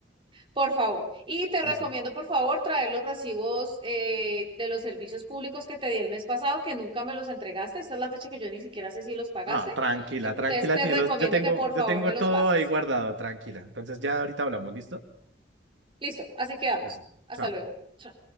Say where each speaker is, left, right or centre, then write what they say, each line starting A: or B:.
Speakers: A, on the right; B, on the right.
A: Por favor. Y te recomiendo
B: Listo.
A: por favor traer los recibos eh, de los servicios públicos que te di el mes pasado, que nunca me los entregaste. Esta es la fecha que yo ni siquiera sé si los pagaste.
B: Ah, tranquila,
A: Entonces
B: tranquila,
A: te
B: que
A: recomiendo
B: yo, los- yo tengo,
A: que por
B: yo
A: favor
B: tengo
A: me los
B: todo
A: pases.
B: ahí guardado, tranquila. Entonces, ya ahorita hablamos, ¿listo?
A: Listo, así quedamos.
B: Listo.
A: Hasta
B: Chao.
A: luego. Chao.